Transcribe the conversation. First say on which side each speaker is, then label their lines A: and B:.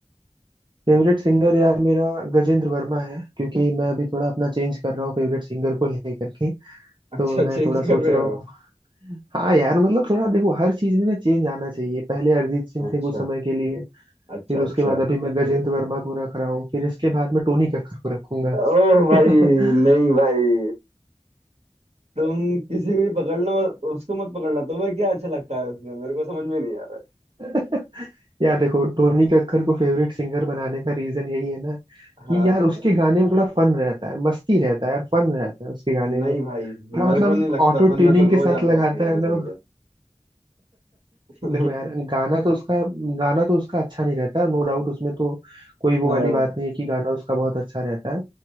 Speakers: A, on the right; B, on the right.
A: फेवरेट सिंगर यार मेरा गजेंद्र वर्मा है क्योंकि मैं अभी थोड़ा अपना चेंज कर रहा हूँ फेवरेट सिंगर को लेकर के
B: अच्छा
A: तो मैं
B: चेंज
A: थोड़ा सोच
B: कर रहे
A: रहा
B: हो
A: हूँ हाँ यार मतलब थोड़ा देखो हर चीज में ना चेंज आना चाहिए पहले अरिजीत सिंह
B: अच्छा
A: थे कुछ समय के लिए
B: अच्छा
A: फिर उसके
B: अच्छा
A: बाद अभी मैं गजेंद्र वर्मा को रख रहा हूँ फिर इसके बाद मैं टोनी कक्कर को रखूंगा
B: ओह भाई
A: <laughs>
B: नहीं भाई तुम किसी को भी पकड़ना मत उसको मत पकड़ना तुम्हें क्या अच्छा लगता है उसमें मेरे को समझ में नहीं आ रहा
A: <laughs> यार देखो टोनी कक्कर को फेवरेट सिंगर बनाने का रीजन यही है ना
B: है हाँ
A: कि यार उसके गाने में थोड़ा फन रहता है मस्ती रहता है यार फन रहता है उसके गाने
B: नहीं
A: में
B: भाई
A: थोड़ा
B: मेरे
A: मतलब
B: को नहीं लगता
A: ऑटो
B: फन
A: ट्यूनिंग
B: मैं तो
A: के
B: रोज
A: साथ
B: आऊंगा
A: लगाता
B: उसके गाने
A: है ना
B: सुन के <laughs>
A: देखो यार गाना तो उसका गाना तो उसका अच्छा नहीं रहता नो डाउट उसमें तो कोई वो
B: हाँ
A: वाली बात नहीं है कि गाना उसका बहुत अच्छा रहता है